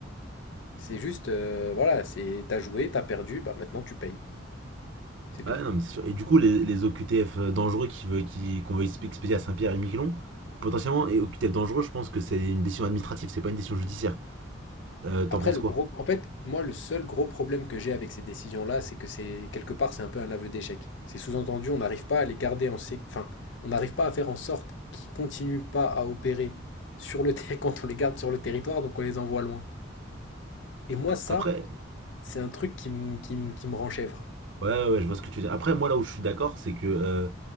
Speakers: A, on the left (about 65°); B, on the right (about 65°).
A: C'est juste, euh, voilà, c'est t'as joué, t'as perdu, bah maintenant tu payes. C'est tout.
B: Ouais, non, mais c'est sûr. Et du coup, les, les OQTF dangereux qui veut, qui, qu'on veut expé- expédier à Saint-Pierre et Miquelon, potentiellement, et OQTF dangereux, je pense que c'est une décision administrative, c'est pas une décision judiciaire. Euh, t'en
A: Après,
B: penses
A: le
B: quoi
A: gros, en fait, moi, le seul gros problème que j'ai avec ces décisions-là, c'est que c'est quelque part, c'est un peu un aveu d'échec. C'est sous-entendu, on n'arrive pas à les garder en sé- enfin, on n'arrive pas à faire en sorte qu'ils continuent pas à opérer sur le terrain <laughs> quand on les garde sur le territoire, donc on les envoie loin. Et moi, ça,
B: Après,
A: c'est un truc qui me qui me- qui me rend chèvre.
B: ouais, ouais, je vois ce que tu veux dire. Après, moi, là où je suis d'accord, c'est que euh,